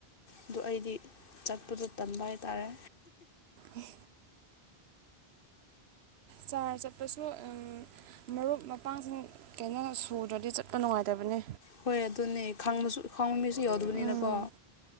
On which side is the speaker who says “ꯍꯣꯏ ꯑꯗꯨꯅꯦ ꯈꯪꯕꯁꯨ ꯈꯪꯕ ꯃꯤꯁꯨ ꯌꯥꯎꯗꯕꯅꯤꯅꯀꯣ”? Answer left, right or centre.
Left